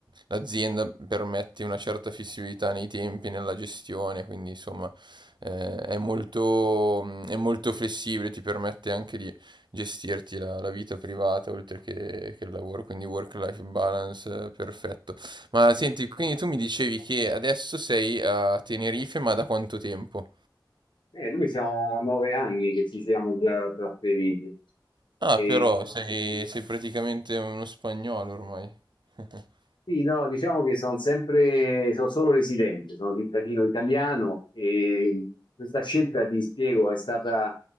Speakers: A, on the right; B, on the left.
A: l'azienda permette una certa flessibilità nei tempi, nella gestione, quindi insomma eh, è molto, mm, è molto flessibile, ti permette anche di gestirti la, la vita privata oltre che, che il lavoro, quindi work-life balance eh, perfetto. Ma senti, quindi tu mi dicevi che adesso sei a Tenerife, ma da quanto tempo?
B: Eh, noi siamo nove anni che ci siamo già trasferiti.
A: Ah,
B: E,
A: però sei, sei praticamente uno spagnolo ormai. <laughs>
B: sì, no, diciamo che sono sempre, sono solo residente, sono cittadino italiano e questa scelta, ti spiego, è stata